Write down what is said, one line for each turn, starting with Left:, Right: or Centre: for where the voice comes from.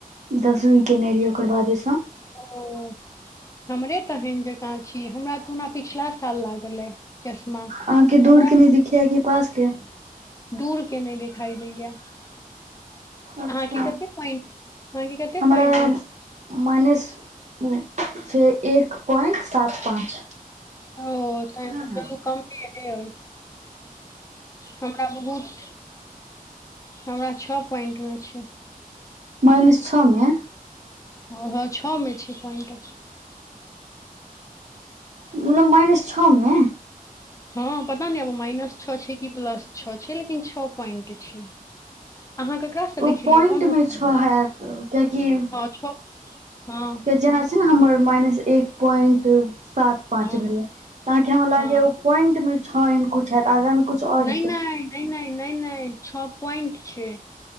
Right: दसवी केने रहियै ओकर बादे सँ
Left: ओ हमरे तहन जकाँ छी हमरा तऽ ओना पिछला साल लागल अे चश्मा
Right: आहाँके दूर
Left: हमरा
Right: के नहि दिखियाै कि पास के
Left: दूर के नहि देखाई दैया अहााके
Right: अच्छा
Left: कते पॉइंट अहाँके कते
Right: हमरा
Left: पॉइंट अइ
Right: माइनस छै एक पॉइन्ट सात पाँच
Left: ओ त
Right: अहाँके
Left: चलू कमी ह हमरा बहुत हमरा छओ पोइंटमे छै
Right: मन छओ मे
Left: हँ हँ छ मे छै पॉइंट
Right: मतलब माइनस छ मे
Left: हँ पता नहि आब माइनस छ छै कि प्लस छ छै लेकिन छ पोइन्ट छै अहाँ ककरासँ देखेलियै
Right: ओ पॉइंट
Left: कोनथ
Right: मे छओ हैत कियाकि
Left: हँ हँ
Right: त जेना छै ने हमर माइनस एक पॉइन्ट सात पांच
Left: हँ
Right: भेले तऽ आहाँ के हमरा लागे
Left: हँ
Right: ओ पोइंटं छओ एहन कुछ हयत आगाँ मे कुछ आओर
Left: नहि
Right: हेते
Left: नहि नहि नहि न नहि छ पोइंट छै